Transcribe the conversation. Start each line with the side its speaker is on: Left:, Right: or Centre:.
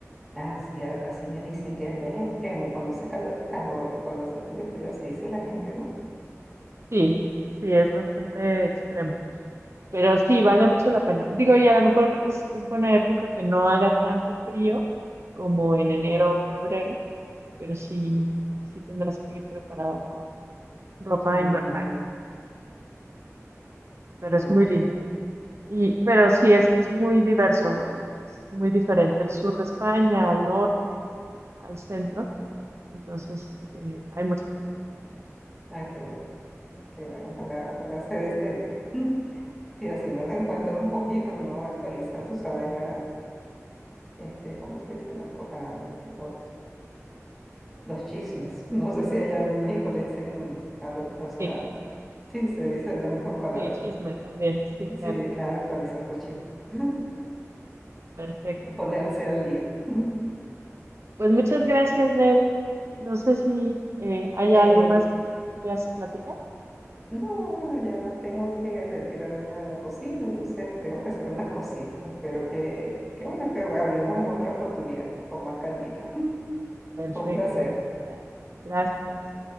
Centre: Ah, sí, a- así me dicen que allá es extremo, cuando hace calor es calor y cuando hace frío es frío, así dice la gente, ¿no?
Right: Sí, sí, es bastante extremo. Pero sí, vale mucho la pena. Digo, y a lo mejor es, es buena época que no haga tanto frío como en enero o febrero, pero sí, sí tendrás que ir preparada con ropa
Centre: Mm,
Right: invernal.
Centre: ya,
Right: Pero
Centre: Ah,
Right: es
Centre: ok.
Right: muy lindo. Y, pero sí, es, es muy diverso, es muy diferente el sur de España, al norte, al centro. Entonces, eh, hay mucho que ver.
Centre: Ah, qué bueno, qué bueno. Ojalá, ojalá se dé este viaje. <laughs> Sí, así me reencuentro
Right: Sí,
Centre: un poquito, uno actualiza, tú sabes, la, este, ¿cómo se dice? Los, co- ah, los, los chismes. No sé si allá en México le dicen a los, o sea,
Right: sí,
Centre: sí, se dice la misma palabra.
Right: sí, chisme también. Sí, claro.
Centre: Sí, claro, actualizar los chismes. <laughs>
Right: Perfecto.
Centre: Ponerse al día. <laughs>
Right: Pues muchas gracias, Nel. No sé si eh, hay
Centre: Eh,
Right: algo más que que quieras platicar.
Centre: No, bueno, ya tengo que retirarme a la cocina, entonces tengo que hacer unas cositas. Espero que, que bueno, que hablemos en otra oportunidad, con más calmita. <laughs>
Right: Perfecto.
Centre: Fue un placer.
Right: Gra- Gracias.